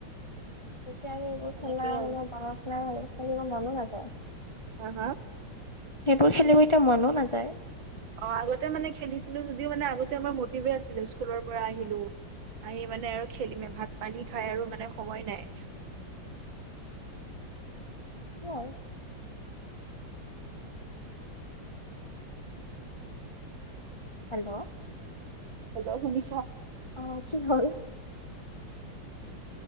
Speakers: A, on the left; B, on the right.
A: তেতিয়া এইবোৰ
B: এনেকেই
A: খেলা
B: আৰু
A: মানে মনত নাই হ খেলিবোৰ মনো নাযায়
B: হ হা
A: সেইবোৰ খেলিব এতিয়া মনো নাযায়।
B: অঁ আগতে মানে খেলিছিলো যদিও মানে আগতে আমাৰ মটিভে আছিলে স্কুলৰ পৰা আহিলো। আহি মানে আৰু খেলিমে ভাগ পানী খাই আৰু মানে সময় নাই।
A: আহঁ। হেল্ল',
B: হেল্ল ' শুনিছা?
A: অঁ কি হয়?